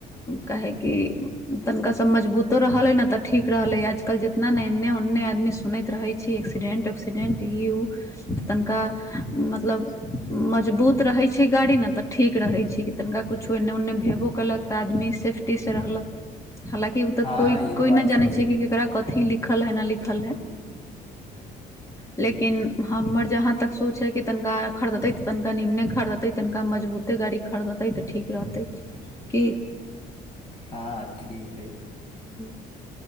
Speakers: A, on the left (about 15°); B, on the left (about 35°).
A: काह की तनिका सब मजबूतो रहल हे न तऽ ठीक रहल ह आजकल जितना ने एन्ने ओन्ने आदमी सुनैत रहै छै एक्सीडेंट उक्सीडेंट ई ओ त तनिका मतलब मजबूत रहै छै गाड़ी ने तऽ ठीक रहै छै कि तनिका कछो एन्ने ओने भेबो केलक तऽ आदमी सेफ्टी क से रहलक हालकि ओ तऽ
B: हँ
A: कोइ
B: इहो
A: कोइ
B: बात
A: नहि जानै
B: हइ
A: छै कि ककरा कथी लिखल। है न लिखल हे लेकिन हमर जहाँ तक सोच ह कि तनिका खरिदतै तऽ तनिका निमने खरिदतै तनिका मजबूते गाड़ी खरीदतै तऽ ठीक रहतै कि
B: हँ ठीक हइ
A: हूँ